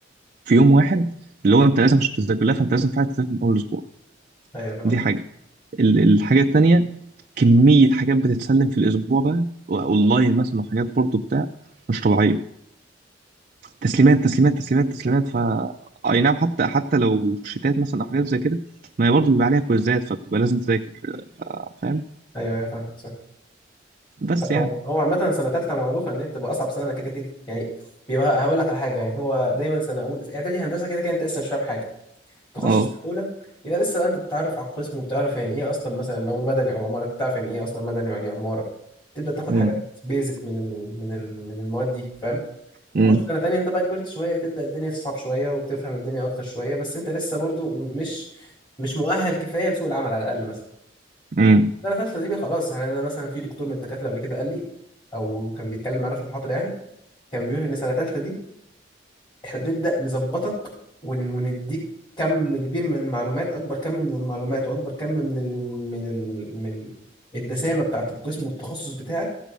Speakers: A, on the right; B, on the left.
A: في يوم واحد اللي هو انت لازم عشان تذاكر لها فانت لازم فعلا تذاكر من اول اسبوع
B: ايوه فاهم
A: دي حاجه ال- الحاجه التانيه كميه حاجات بتتسلم في الاسبوع بقى اونلاين مثلا وحاجات برضو بتاع مش طبيعيه تسليمات تسليمات تسليمات تسليمات ف اي نعم حتى حتى لو شتات مثلا او حاجات زي كده ما هي برضه بيبقى عليها كويزات فبتبقى لازم تذاكر ف- فاهم
B: ايوه ايوه فاهم صح
A: بس
B: هو
A: يعني
B: هو عامة سنة تالتة معروفة إن هي بتبقى أصعب سنة كده كده يعني بيبقى هقول لك على حاجة يعني هو دايما سنة أولى إعدادي هندسة كده كده أنت لسه مش فاهم حاجة تخش
A: اه
B: سنة أولى يبقى لسه بقى أنت بتتعرف على القسم وبتعرف يعني إيه أصلا مثلا لو مدني أو عمارة بتعرف يعني إيه أصلا مدني ويعني إيه عمارة تبدأ تاخد
A: مم.
B: حاجات بيزك من ال من ال من المواد دي فاهم؟
A: مم.
B: تخش سنة تانية انت بقى كبرت شوية تبدأ الدنيا تصعب شوية وتفهم الدنيا أكتر شوية بس انت لسه برضو مش مش مؤهل كفاية لسوق العمل على الأقل مثلا
A: مم.
B: سنة تالتة دي بقى خلاص يعني أنا مثلا في دكتور من الدكاترة قبل كده قال لي أو كان بيتكلم معانا في محاضرة يعني كان بيقول إن سنة تالتة دي احنا بنبدأ نظبطك ون- ونديك كم كبير من المعلومات اكبر كم من المعلومات واكبر كم من ال... من ال... من الدسامة بتاعة القسم والتخصص بتاعك